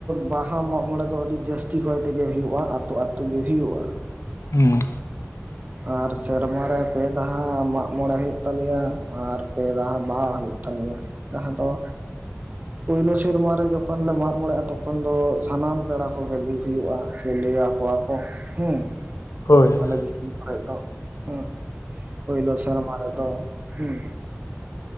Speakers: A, on the right (about 35°); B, on the left (about 80°).
A: ᱵᱟᱦᱟ ᱢᱟᱜ ᱢᱚᱬᱮ ᱫᱚ ᱟᱹᱰᱤ ᱡᱟᱹᱥ ᱪᱤᱠᱚᱭ ᱛᱮᱜᱮ ᱦᱩᱭᱩᱜᱼᱟ ᱟᱹᱛᱳ ᱟᱹᱛᱳ ᱜᱮ ᱦᱩᱭᱩᱜᱼᱟ᱾
B: ᱚ᱾
A: ᱟᱨ ᱥᱮᱨᱢᱟ ᱨᱮ ᱯᱮ ᱫᱟᱦᱟ ᱢᱟᱜ ᱢᱚᱬᱮ ᱦᱩᱭᱩᱜ ᱛᱟᱞᱮᱭᱟ ᱟᱨ ᱯᱮ ᱫᱟᱦᱟ ᱵᱟᱦᱟ ᱦᱩᱭᱩᱜ ᱛᱟᱞᱮᱭᱟ ᱡᱟᱦᱟᱸ ᱫᱚ ᱯᱳᱭᱞᱳ ᱥᱮᱨᱢᱟ ᱨᱮ ᱡᱚᱠᱷᱚᱱ ᱞᱮ ᱢᱟᱜ ᱢᱚᱬᱮᱜᱼᱟ ᱛᱚᱠᱷᱚᱱ ᱫᱚ ᱥᱟᱱᱟᱢ ᱯᱮᱲᱟ ᱠᱚᱜᱮ ᱞᱟᱹᱭ ᱦᱩᱭᱩᱜᱼᱟ ᱥᱮ ᱞᱟᱹᱭ ᱟᱠᱚᱣᱟ ᱠᱚ ᱦᱮᱸ᱾
B: ᱦᱳᱭ ᱦᱳᱭ
A: ᱟᱞᱮ ᱫᱤᱥᱚᱢ ᱠᱚᱨᱮᱜ ᱫᱚ ᱦᱮᱸ, ᱯᱳᱭᱞᱳ ᱥᱮᱨᱢᱟ ᱨᱮᱫᱚ ᱦᱩᱸ,